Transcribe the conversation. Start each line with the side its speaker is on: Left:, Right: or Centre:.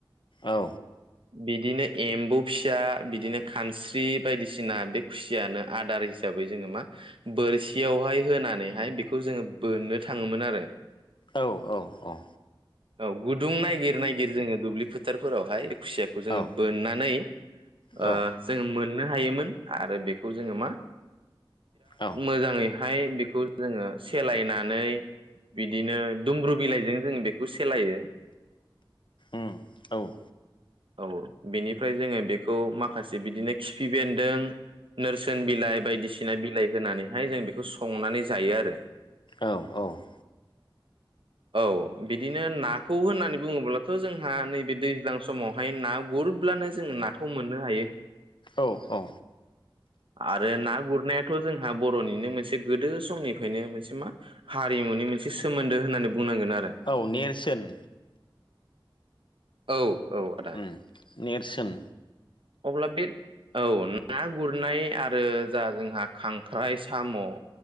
Left: औ।
Right: बिदिनो एम्बौ फिसा बिदिनो खानस्रि बायदिसिना बे खुसियानो आदार हिसाबै जोङो मा बोरसियावहाय होनानैहाय बेखौ जोङो बोननो थाङोमोन आरो।
Left: औ औ औ।
Right: औ गुदुं नायगिर नायगिर जोङो दुब्लि फोथारफोरावहाय खुसियाखौ जों
Left: औ
Right: बोननानै
Left: औ
Right: ओ जों मोन मोननो हायोमोन आरो बेखौ जोङो मा
Left: औ
Right: मोजाङै हाय बेखौ जोङो सेलायनानै बिदिनो दुमब्रु बिलाइजों जों बेखौ सेलायो।
Left: उम औ।
Right: औ बेनिफ्राय जोङो बेखौ माखासे बिदिनो खिफि बेन्दों नोरसोन बिलाइ बायदिसि दिसिना बिलाइ होनानै बेहाय जों बेखौ संनानै जायो आरो।
Left: औ औ।
Right: औ बिदिनो नाखौ होननानै बुङोब्लाथ' जोंहा नैबे दैज्लां समावहाय ना गुरब्लानो जों नाखौ मोननो हायो।
Left: औ औ।
Right: आरो ना गुरनायाथ' जोंहा बर' बर'निनो मोनसे गोदो समनिफ्रायनो मोनसे मा हारिमुनि मोनसे सोमोन्दो होननानै बुंनांगोन आरो
Left: औ नेरसोन।
Right: औ। औ आदा
Left: उम नेरसोन।
Right: अब्ला बे औ ना गुरनाय आरो जा जोंहा खांख्राइ साम'